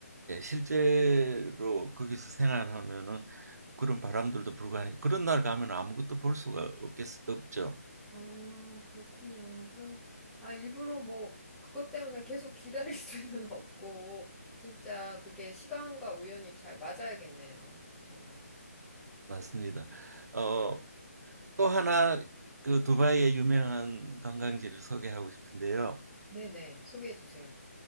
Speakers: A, on the right; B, in the centre.
A: 예, 실제로 거기서 생활하면은 그런 바람들도 불고 하니까 그런 날 가면 아무것도 볼 수가 없겠, 없죠.
B: 아, 그렇군요. 그럼, 아, 일부러 뭐, 그것 때문에 계속 기다릴 <laughs> 수는 없고, 진짜 그게 시간과 우연이 잘 맞아야겠네요. 정말.
A: 맞습니다. 어, 또 하나 그 두바이의 유명한 관광지를 소개하고 싶은데요.
B: 네네, 소개해 주세요.